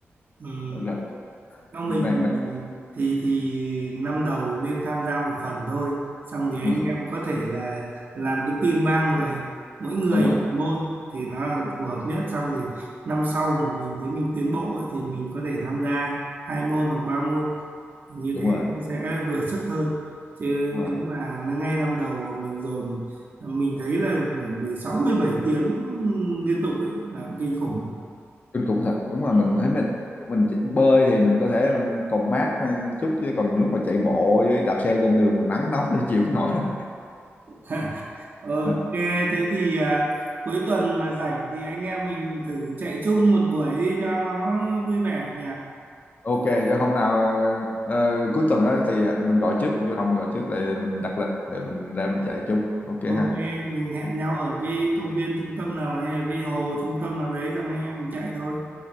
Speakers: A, on the right; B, on the left.
A: ừm.
B: là à,
A: Theo mình
B: đang, đang
A: thì thì thì năm đầu nên tham gia một phần thôi, xong thì
B: đúng
A: anh
B: rồi
A: em có thể là làm cái team ba người, mỗi người
B: đúng rồi
A: môn thì nó là
B: đúng,
A: phù hợp nhất. Xong thì năm sau mà mình thấy mình tiến bộ ấy, thì mình có thể tham gia hai môn hoặc ba môn như
B: đúng
A: thế
B: rồi
A: nó sẽ vừa sức hơn. Chứ
B: đúng
A: nếu
B: rồi
A: mà nó ngay năm đầu mà mình dồn mình thấy là phải mười sáu mười bảy tiếng liên tục ấy là cũng kinh khủng đấy.
B: kinh khủng thật đúng là
A: Ừ.
B: mình thấy mình mình chỉ- bơi thì mình có thể mình còn mát chút chứ còn lúc mà chạy bộ với đạp xe trên đường mình nắng nóng thì <laughs> chịu không nổi đâu
A: <laughs> Ok,
B: À,
A: thế thì à, cuối tuần mà rảnh thì anh em mình thử chạy chung một buổi đi cho nó vui vẻ nhỉ.
B: ok cho hôm nào ờ, cuối tuần á thì à, mình gọi trước mình vô đồng mình gọi trước để mình đặt lịch để mình ra mình chạy chung ok
A: Ok,
B: ha
A: mình hẹn nhau ở cái công viên trung tâm nào hay là cái hồ trung tâm nào đấy xong anh em mình chạy thôi.